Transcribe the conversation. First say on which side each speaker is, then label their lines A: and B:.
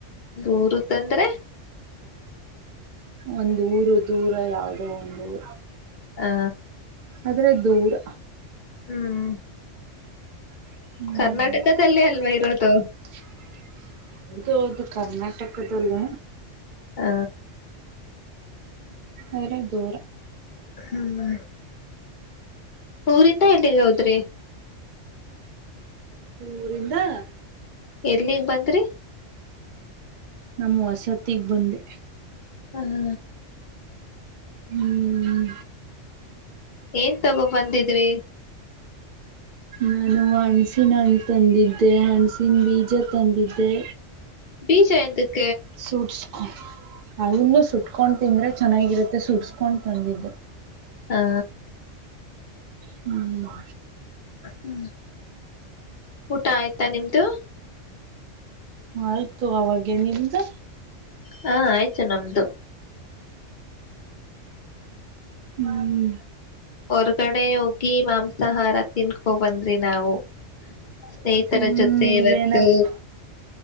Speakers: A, on the left; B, on the right.
A: ಊರುದಂದ್ರೆ
B: ಒಂದ ಊರು ದೂರ ಯಾವ್ದ <unintelligible>
A: ಹಾ
B: ಆದ್ರೆ ದೂರ
A: ಹ್ಮ್
B: <unintelligible>
A: ಕರ್ನಾಟಕದಲ್ಲೇ ಅಲ್ವಾ ಇರೋದು
B: ಹೌದು ಹೌದು ಕರ್ನಾಟಕ ಕದಲ್ಲೇ
A: ಹ
B: ಆದ್ರೆ ದೂರ
A: ಹ್ಮ ಊರಿಂದ ಎಲ್ಲಿಗೆ ಹೋದ್ರಿ
B: ಊರಿಂದ <unintelligible>
A: ಎಲ್ಲಿಗ್ ಬಂದ್ರಿ
B: ನಮ್ಮ್ ವಸತಿ ಬಂದೆ
A: ಹ್ಮ್
B: ಹ್ಮ್
A: ಏನ್ ತಗೋ ಬಂದಿದ್ರಿ
B: ನಾನು ಹಣಸಿನ ಹಣ್ಣು ತಂದಿದ್ದೆ ಹಣಸಿನ ಬೀಜ ತಂದಿದ್ದೆ
A: ಬೀಜ ಎಂತಕ್
B: ಸೂಟ್ಸ್ ಅವನ್ನು ಸುಟ್ಕೊಂಡ್ ತಿಂದ್ರೆ ಚೆನ್ನಾಗಿರುತ್ತೆ ಸುಡ್ಸ್ಕೊಂಡ್ ತಂದಿದ್ದೆ
A: ಹಾ
B: ಹ್ಮ
A: ಹ್ಮ್ ಊಟ ಆಯ್ತಾ ನಿಮ್ದು
B: ಆಯ್ತು ಅವಾಗೆ ನಿಮ್ದು
A: ಹಾ ಆಯ್ತು ನಮ್ದು
B: ಹ್ಮ್
A: ಹೊರ್ಗಡೆ ಹೋಗಿ ಮಾಂಸಾಹಾರ ತಿನ್ಕೋಬಂದ ಬಂದ್ವಿ ನಾವು ಸ್ನೇಹಿತರ
B: ಹ್ಮ್
A: ಜೊತೆ
B: ನೀವೇನ
A: ಇವತ್ತು
B: ಪ